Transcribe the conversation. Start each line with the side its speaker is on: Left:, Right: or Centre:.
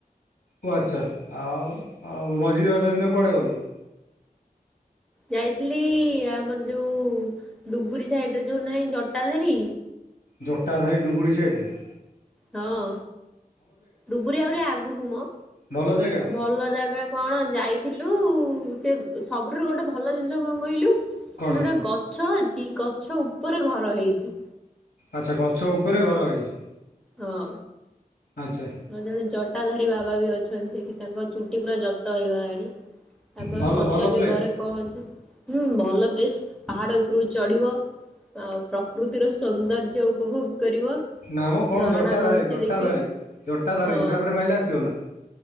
Left: ଓ ଆଚ୍ଛା ଆଉ ଆଉ ମଝି ରଜ ଦିନେ କୁଆଡ଼େ ଗଲୁ।
Centre: ଯାଇଥିଲି ଆମର ଯୋଉ ଡୁବରି ସାଇଡ ରେ ଯୋଉ ନାହିଁ ଜଟାଧାରୀ।
Left: ଜଟାଧାରୀ ଡୁବୁରି ସାଇଟ ରେ?
Centre: ହଁ ଡୁବରି ଆହୁରି ଆଗକୁ ମୋ।
Left: ଭଲ ଜାଗା
Centre: ଭଲ ଜାଗା କଣ ଯାଇଥିଲୁ ସେ ସବୁଠାରୁ ଗୋଟେ ଭଲ ଜିନିଷ କଣ କହିଲୁ? ସେ
Left: କଣ?
Centre: ଗୋଟେ ଗ ଛ ଅଛି, ଗଛ ଉପରେ ଘର ହେଇଛି।
Left: ଆଚ୍ଛା ଗଛ ଉପରେ ଘର ହେଇଛି।
Centre: ହଁ।
Left: ଆଚ୍ଛା।
Centre: ହଁ ଜଣେ ଜଟାଧାରୀ ବାବା ବି ଅଛନ୍ତି। ସେଠି ତାଙ୍କ ଚୁଟି ପୁରା ଜଟ ହେଇଗଲାଣି। ତାଙ୍କୁ
Left: ଭଲ
Centre: ଆମେ ପଚାରିଲୁ
Left: ଭଲ ପ୍ଲେସ୍।
Centre: ଏ ଘରେ କଣ ଅଛି? ହୁଁ, ଭଲ ପ୍ଲେସ୍, ପାହାଡ ଉପରକୁ ଚଢିବ। ଆଉ ପ୍ରକୃତିର ସୌନ୍ଦର୍ଯ୍ୟ ଉପଭୋଗ କରିବ।
Left: ନା ମ କଣ
Centre: ଝରଣା
Left: ଜଟାଧାରୀ,
Centre: ବହୁଛି
Left: ଜଟାଧାରୀ,
Centre: ଦେଖିବ
Left: ଜଟାଧାରୀ
Centre: ହଁ
Left: ମ୍ୟାପ୍ ରେ ମାଇଲେ ଆସିବ ନା?